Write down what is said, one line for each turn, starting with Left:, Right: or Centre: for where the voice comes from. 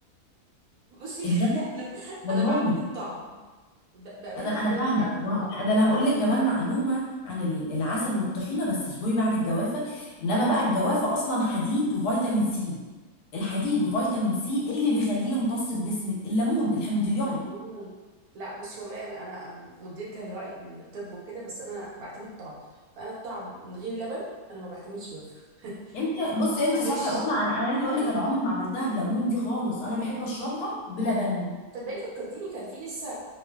Right: بصي <laughs>
Left: انما
Right: انا
Left: والله
Right: انا بعتمد طعم ب- بامانه
Left: انا انا
Right: الله
Left: فاهمه
Right: انا بعتمد
Left: وه-
Right: طعم
Left: لا، ده انا هقول لك كمان معلومه عن ال- العسل والطحينه بس اصبري بعد الجوافه انما بقى الجوافه اصلا حديد وفيتامين سي الحديد وفيتامين سي اللي بيخليه يمتص في جسمك الليمون الحمضيات
Right: الليمون لا بصي والله انا انا انا مدركه لراي الطب وكده بس انا بعتمد طعم فانا الطعم من غير لبن انا ما بعتمدش جوافه <laughs>
Left: انت بصي انت
Right: معلش
Left: صح وانا
Right: يعني
Left: انا أنا
Right: احنا بنتكلم
Left: عايزه اقول لك انا عمري ما عملتها بليمون دي خالص انا بحب اشربها بلبن
Right: تصدقي فكرتيني كان في لسه